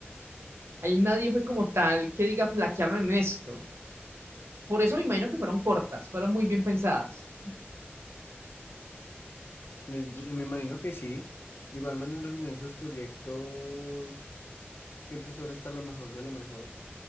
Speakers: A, on the right; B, on the left.
A: Ahí nadie fue como tal que diga flaquearon en esto. Por eso me imagino que fueron cortas, fueron muy bien pensadas.
B: Eh, Y me imagino que sí. De igual manera, en esos proyectos siempre suele estar lo mejor de lo mejor,